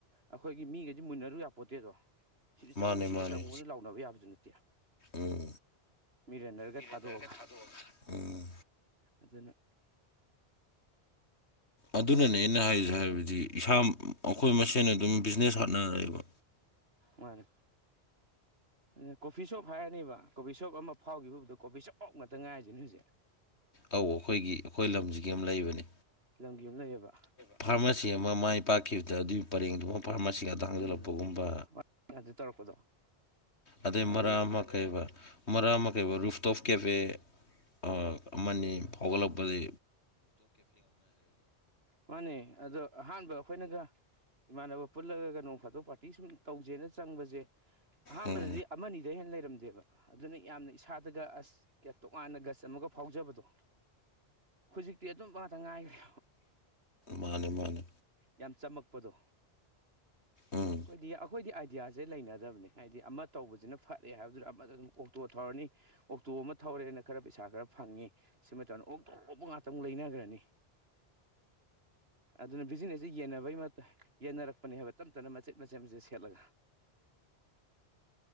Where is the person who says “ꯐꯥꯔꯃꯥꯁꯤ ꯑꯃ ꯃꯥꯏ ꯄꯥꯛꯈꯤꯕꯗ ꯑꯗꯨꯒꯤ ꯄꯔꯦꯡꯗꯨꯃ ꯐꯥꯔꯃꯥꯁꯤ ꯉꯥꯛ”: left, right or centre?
Left